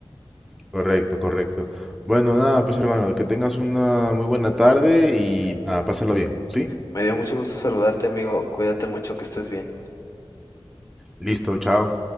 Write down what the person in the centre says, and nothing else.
Correcto, correcto. Bueno, nada, pues hermano, que tengas una muy buena tarde y nada, pásalo bien, ¿sí?
Listo, chao.